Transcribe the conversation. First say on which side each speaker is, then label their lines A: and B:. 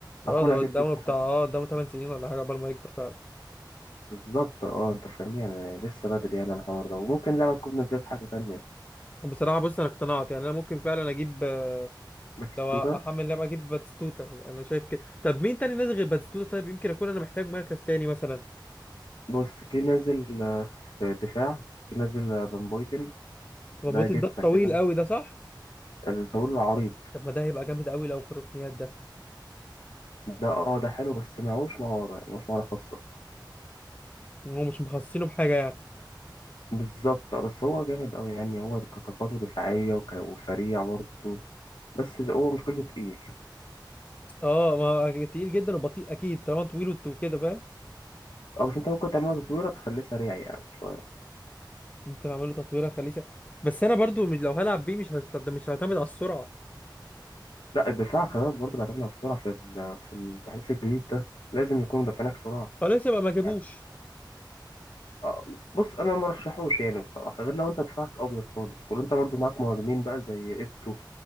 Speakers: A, on the left (about 20°); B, on the left (about 80°).
A: اه
B: اكون
A: ده
B: اكيد
A: قدامه
B: جبت
A: بتاع
B: حاجه
A: اه قدامه 8 سنين ولا حاجه قبل ما يكبر فعلا
B: بالظبط اه انت فاهمني يعني لسه بدري يعني على الحوار ده وممكن لعبه تكون نزلت حاجه تانية
A: بصراحه بص انا اقتنعت يعني انا ممكن فعلا اجيب
B: باتيستوتا
A: لو احمل لعبه اجيب باتستوتا انا شايف كده طب مين تاني نازل غير باتستوتا طيب يمكن اكون انا محتاج مركز تاني مثلا
B: بص في نازل آه، في الدفاع في نازل آه، فان بويتن
A: مربوط
B: ده جته
A: ده الطويل
B: كده
A: قوي ده صح
B: الطويل العريض
A: طب ما ده هيبقى جامد قوي لو في الركنيات ده
B: ده اه ده حلو بس معهوش مهاره يعني معهوش مهاره خاصه
A: هو مش مخصصينه بحاجه يعني
B: بالظبط آه، بس هو جامد قوي يعني هو كطاقته دفاعية وك- وسريع برضه بس إذا هو مشكلته تقيل
A: اه ما هو تقيل جدا وبطيء اكيد طالما طويل وت- وكده فاهم
B: اه بس انت ممكن تعمله تطويرة تخليه سريع يعني شوية
A: ممكن اعمل له تطويره اخليه سحر بس انا برضو مش لو هلعب بيه مش هستخدم مش هعتمد على السرعه
B: لا الدفاع خلي بالك برضه بيعتمد على السرعة في ال- في التحديث الجديد ده لازم يكون مدافعينك سرعة
A: خلاص يبقى ما جابوش
B: يعني اه بص انا ما رشحوش يعني بصراحة غير لو انت دفاعك ابيض خالص ولو انت برضه معاك مهاجمين بقى زي ايتو